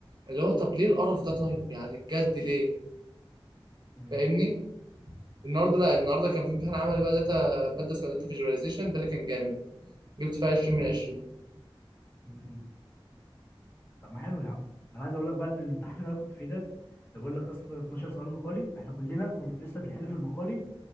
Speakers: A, on the right (about 50°); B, on the left (about 25°).
A: اللي هو طب ليه القرف ده طيب يعني بجد ليه
B: امم
A: فاهمني النهارده لا النهارده كان في امتحان عملي بقى داتا ماده اسمها داتا فيجواليزيشن ده اللي كان جامد جبت فيها 20 من 20
B: مم. طب ما حلو يا عم انا عايز اقول لك بقى ان الامتحان اللي انا كنت فيه ده اللي بقول لك اصلا 12 سؤال مقالي احنا كلنا كنا لسه بنحل في المقالي